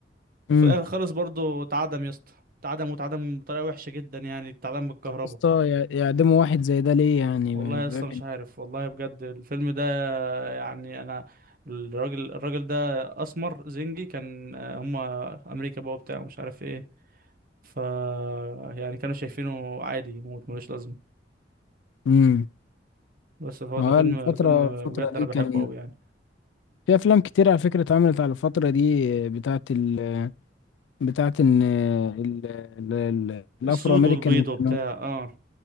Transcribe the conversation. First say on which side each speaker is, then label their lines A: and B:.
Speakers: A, on the left; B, on the right.
A: مم.
B: وفي الاخر خالص برضو اتعدم يا اسطى اتعدم واتعدم بطريقه وحشه جدا يعني اتعدم بالكهرباء
A: طب يا اسطى يع- يعدموا واحد زي ده ليه يعني
B: والله يا
A: بيعمل
B: اسطى مش عارف والله بجد الفيلم ده يعني انا الراجل الراجل ده اسمر زنجي كان آه، هما امريكا بقى وبتاع مش عارف ايه ف يعني كانوا شايفينه عادي يموت ملوش لازمه
A: امم
B: بس هو
A: هو
B: ده فيلم
A: الفترة
B: فيلم
A: الفترة
B: بجد انا
A: دي
B: بحبه
A: كان
B: قوي يعني
A: في أفلام كتير على فكرة اتعملت على الفترة دي بتاعت ال بتاعت إن ال... ال... ال... الأفرو
B: السود
A: أمريكان
B: والبيض وبتاع
A: كانوا
B: اه